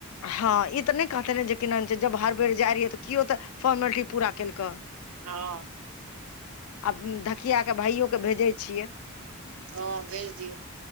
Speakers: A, on the left; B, on the right.
A: हँ ई तऽ नय कहते ने जे कि नाम छै जब हर बेर जाय रहियै तऽ केओ तऽ फोर्मलिटी पूरा केल कए
B: हँ
A: आब धकिया केँ भाइयो के भेजै छियै
B: हँ भेज दियौ